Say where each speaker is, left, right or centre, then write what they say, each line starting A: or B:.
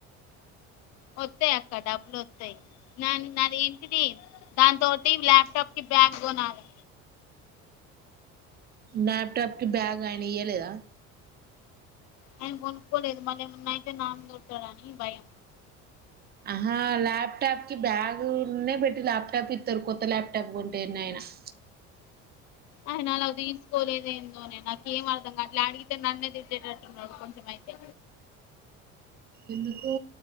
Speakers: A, on the left; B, on the right.
A: వత్తాయి అక్క డబ్బులు వత్తాయి న నా ఏంటి టీ దానితోటి ల్యాప్టాప్ కి బ్యాగ్కొనాలి
B: భ్యాప్టాప్ కి బ్యాగ్ ఆయన ఇయ్యలేదా
A: ఆయన కొనుక్కోలేదు మళ్ళ ఏమన్నాయితే నాకు కోడతాడని భయం
B: ఆహా ల్యాప్టాప్ కి బ్యాగునే పెట్టి ల్యాప్టాప్ ఇస్తారు కొత్త ల్యాప్టాప్ కొంటే ఎన్నయినా <inaudible>
A: ఆయన అలా తీసుకోలేందోని నాకు ఏం అర్ధంగాట్లే అడిగితే నన్నే తిట్టేటట్టున్నాడు కొంచం అయితే
B: ఎందుకో